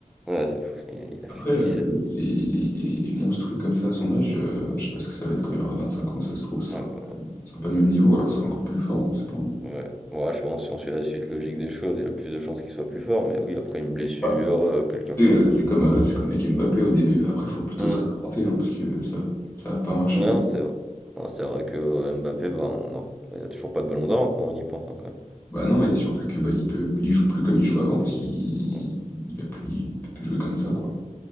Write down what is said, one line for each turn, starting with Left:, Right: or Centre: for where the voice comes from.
Centre: Ouais, c'est fou. Il, il a
Left: Après,
Centre: fait dix
Left: euh,
Centre: sept
Left: le mec, il est, il est- il est- il est monstrueux comme ça à son âge. euh, je sais pas ce que ça va être quand il aura 25 ans. Ça se trouve, ce
Centre: Ah
Left: sera,
Centre: bah,
Left: ce sera pas le même niveau. Alors, ce sera encore plus fort. On sait pas. hein.
Centre: Ouais, ouais, je pense que si on suit la suite logique des choses, il y a plus de chances qu'il soit plus fort, mais oui, après une blessure,
Left: Bah,
Centre: euh, quelqu'un
Left: tu
Centre: qui.
Left: sais, euh, c'est comme, euh, c'est comme avec Mbappé au début. Enfin, après, il faut plutôt
Centre: Hmm.
Left: se réinventer hein, parce que ça, ça a pas marché
Centre: Ouais,
Left: au bout.
Centre: Non, c'est vrai. Ouais, c'est vrai que euh, Mbappé, ben, non, il n'y a toujours pas de ballon d'or hein, quand on y pense hein, quand même.
Left: Bah non, et surtout que bah, il peut, il joue plus comme il jouait avant parce qu'il
Centre: Bon.
Left: il a plus, il peut plus jouer comme ça, quoi.